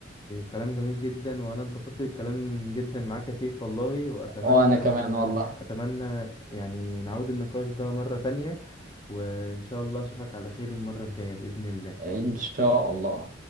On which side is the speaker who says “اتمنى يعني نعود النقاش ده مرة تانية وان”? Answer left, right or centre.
Left